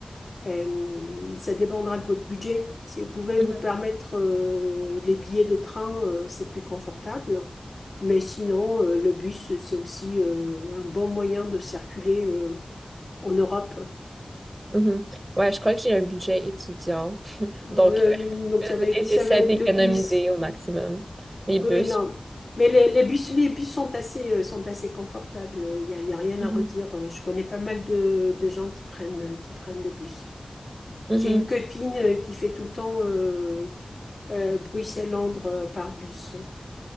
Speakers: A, on the left; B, on the right.
A: euh, ça dépendra de votre budget. Si vous pouvez
B: Mhm,
A: vous permettre euh, les billets de train, euh, c'est plus confortable. Mais sinon, euh, le bus, c'est aussi euh, un bon moyen de circuler euh, en Europe.
B: mhm. Ouais, je crois que j'ai un budget étudiant. <laughs> Donc,
A: Euh,
B: euh,
A: donc ça va être,
B: et
A: ça
B: j'essaie
A: va être
B: d'économiser
A: le bus.
B: au maximum les bus.
A: Oui, oui, non. Mais les, les bus, les bus sont assez, euh, sont assez confortables. Il n'y a, y a rien
B: Mhm,
A: à redire. Euh, Je connais pas mal de, de gens qui prennent, euh, qui prennent le bus.
B: mhm.
A: J'ai une copine euh, qui fait tout le temps euh, euh, Bruxelles-Londres euh, par bus.